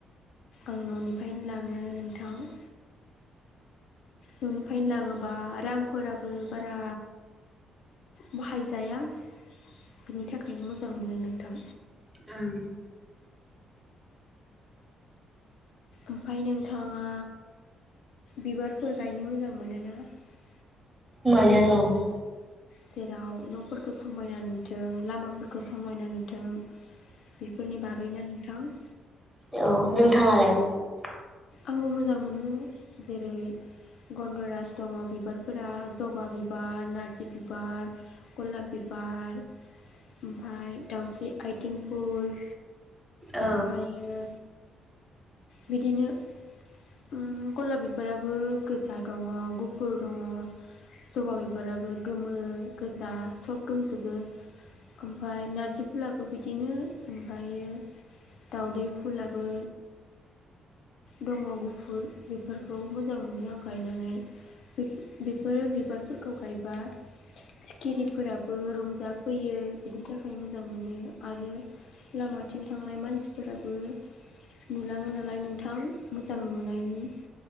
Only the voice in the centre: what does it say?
उम
मानो औ ।
औ <unintelligible>
औ